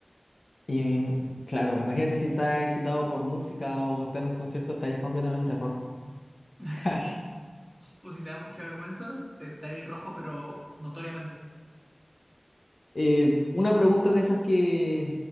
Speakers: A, on the left; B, in the centre.
A: Y claro, imagínate si estás excitado por música o estás en un concierto, estarías completamente rojo.
B: <laughs> Sí.
A: <laughs>
B: O si te da mucha vergüenza, se- estaría ahí rojo, pero notoriamente.
A: Eh, una pregunta de esas que